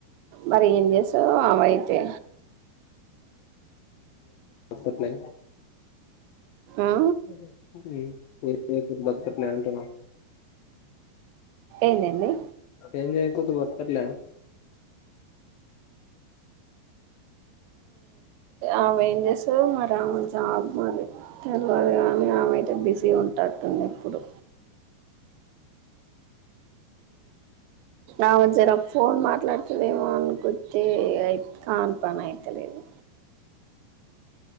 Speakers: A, on the right (about 85°); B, on the left (about 75°).
A: మరి ఏం చేస్ ఆమె అయితే.
B: రిప్లై
A: ఆ
B: <unintelligible> హ్మ్. నీకు భక్తి ఎక్కువే అంటున్న.
A: ఏందండి
B: ఏం చేయకపోతే బ్రతుకట్లే.
A: ఆమె ఏం చేస్తారు మరి ఆమె జాబ్ మరి తెల్వదు కానీ ఆమె అయితే బిజీ ఉంటాటుంది. ఎప్పుడు. ఆమె జర ఒక ఫోన్ మాట్లాడుతుదేమో అనుకుంటే కాని పని అయితలేదు.